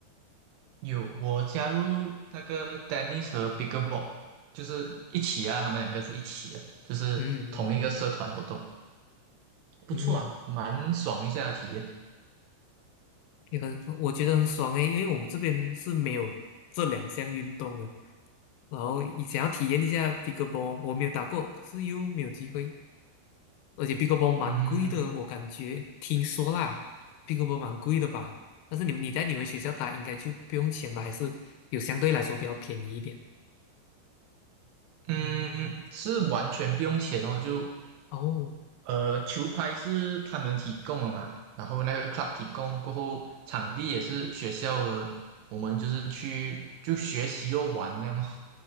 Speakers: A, on the right; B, on the left.
A: 有我加入那个 Dennis 和 Big Ball，就是一起啊，他们两个是一起的，就是同一个社团活动。
B: 嗯
A: 不错啊，
B: 嗯嗯，
A: 蛮爽一下的体验。
B: 也很，我觉得很爽诶，因为我们这边是没有这两项运动的。然后你想要体验一下 pickleball，我没有打过，可是又没有机会，而且 pickleball
A: 嗯
B: 蛮贵的，我感觉听说啦，pickleball 蛮贵的吧？但是你们你在你们学校打应该就不用钱吧？还是有相对来说比较便宜一点？
A: 嗯，是完全不用钱哦，就
B: 哦，
A: 呃球拍是他们提供的嘛，然后那个 club 提供过后，场地也是学校的，我们就是去就学习又玩这样哦